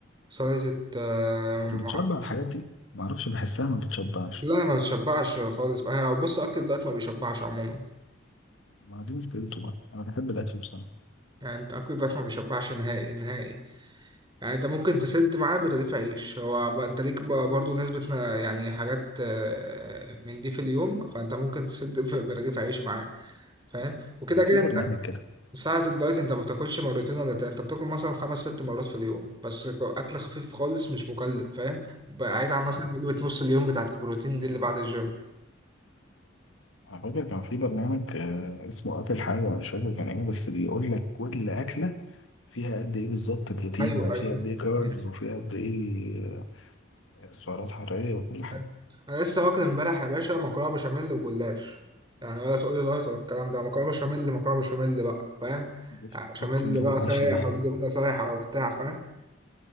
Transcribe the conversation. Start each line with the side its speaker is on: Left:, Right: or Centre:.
Right: سلطة آه،
Left: بس
Right: مع-
Left: بتشبع الحاجات دي ما اعرفش بحسها ما بتشبعش
Right: لا أنا ما بتشبعش خالص بقى هي- بص أكل الدايت ما بيشبعش عموما
Left: ما دي مشكلته بقى انا بحب الاكل بصراحة
Right: يعني أنت أكل الدايت ما بيشبعش نهائي نهائي يعني أنت ممكن تسد معاه برغيف عيش هو بقى أنت ليك بقى برضو نسبة ن- يعني حاجات آه، من دي في اليوم فأنت ممكن تسد <laughs> برغيف عيش معاه فاهم وكده
Left: كان يعني
Right: كده
Left: في برنامج
Right: انت
Left: كده
Right: ساعة الدايت انت ما بتاكلش مرتين ولا تلاتة انت بتاكل مثلا خمس ست مرات في اليوم بس اكل خفيف خالص مش مكلف فاهم بعيد عن
Left: اه
Right: مثلا وجبة نص اليوم بتاعة البروتين دي اللي بعد الجيم
Left: انا فاكر كان في برنامج آه، اسمه اكل حاجه مش فاكر كان ايه بس بيقول لك كل اكله فيها قد ايه بالظبط بروتين
Right: ايوه
Left: ولا
Right: ايوه
Left: فيها قد ايه كاربز
Right: ايوه,
Left: وفيها قد ايه آه، سعرات حراريه وكل حاجه
Right: أيوة. انا لسه واكل امبارح يا باشا مكرونة بشاميل وجلاش يعني ولا تقول لي دايت ولا الكلام ده مكرونة بشاميل مكرونة بشاميل بقى فاهم
Left: مفيش
Right: يعني بشاميل
Left: اقسم بالله
Right: بقى
Left: متعشى
Right: سايح
Left: بيها
Right: والجبنة سايحة وبتاع فاهم